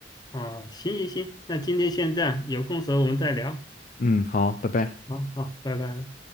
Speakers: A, on the left (about 25°); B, on the left (about 45°).
A: 哦，行行行，那今天先这样，有空时候我们再聊，
B: 嗯，好，拜拜。
A: 好好，拜拜。